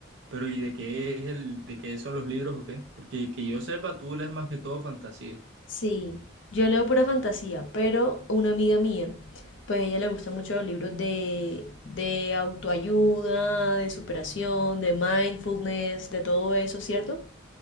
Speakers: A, on the right; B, on the left.
A: Pero ¿y de qué es el, de qué son los libros o qué? Porque que yo sepa, tú lees más que todo fantasía.
B: Sí, yo leo pura fantasía, pero una amiga mía, pues a ella le gustan mucho los libros de, de autoayuda, de superación, de mindfulness, de todo eso, ¿cierto?